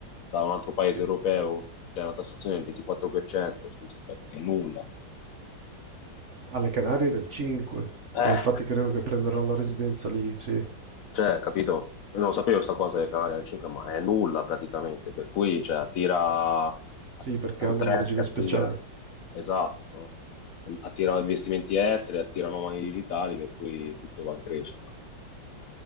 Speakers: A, on the left; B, on the right.
A: da un altro paese
B: sì.
A: europeo, c'è una tassazione del 24% sugli stipendi, che è nulla.
B: alle Canarie del 5,
A: Eh,
B: ma infatti credo che prenderò la residenza lì, sì,
A: cioè, capito? Io non sapevo questa cosa del Canaria del 5, ma è nulla praticamente, per cui, cioè, attira, è
B: sì, perché
A: un
B: hanno
A: trend
B: un regime
A: che attira,
B: speciale.
A: esatto, no? Attira investimenti esteri, attira nomadi digitali, per cui tutto va in crescita.